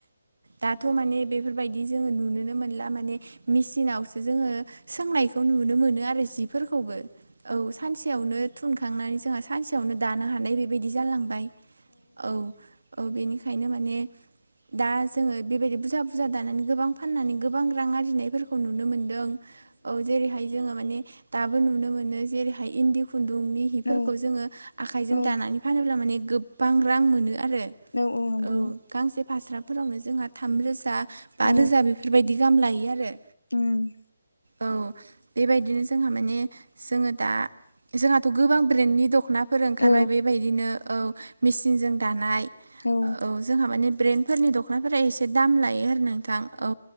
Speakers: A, on the right (about 80°); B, on the left (about 80°).
A: दाथ माने बेफोरबायदि जोङो नुनोनो मोनला माने मेसिनावसो जोङो सोंनायखौ नुनो मोनो आरो जिफोरखौबो औ सानसे सानसेयावनो थुनखांनानै जोंहा सानसेयावनो दानो हानाय बेबायदि जालांबाय औ औ बेनिखायनो माने दा जोङो बेबायदि बुरजा बुरजा दानानै गोबां फाननानै गोबां रां आरजिनायफोरखौ नुनो मोनदों औ जेरैहाय जोङो माने दाबो नुनो मोनो जेरैहाय इन्दि खुन्दुंनि हिफोरखौ
B: औ
A: जोङो आखायजों
B: औ
A: दानानै फानोब्ला माने गोबां रां मोनो आरो
B: औ नंगौ
A: औ गांसे फास्राफोरावनो जोंहा थामरोजा बा
B: औ
A: रोजा बेफोरबायदि गाहाम लायो आरो
B: उम
A: औ बेबायदिनो जोंहा माने जोङो दा जोंहाथ गोबां ब्रेन्डनि दखनाफोर ओंखारबाय
B: औ
A: बेबायदिनो औ मेचिनजों दानाय
B: औ
A: जोंहा माने ब्रेन्डफोरनि दखनाफोरा एसे दाम लायो आरो नोंथां औ